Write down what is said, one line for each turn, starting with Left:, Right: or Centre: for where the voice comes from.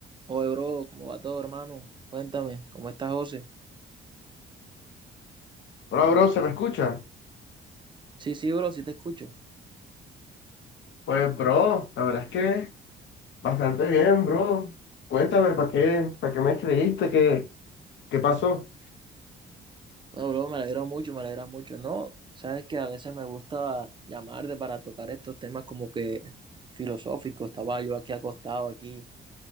Right: Oye, bro, ¿cómo va todo, hermano? Cuéntame, ¿cómo estás, José?
Left: Hola, bro, ¿se me escucha?
Right: Sí, sí, bro, sí te escucho.
Left: Pues, bro, la verdad es que bastante bien, bro. Cuéntame, ¿para qué, para qué me escribiste? ¿Qué, qué pasó?
Right: Bueno, bro, me alegra mucho, me alegra mucho. No, sabes que a veces me gusta llamarte para tocar estos temas como que filosóficos. Estaba yo aquí acostado, aquí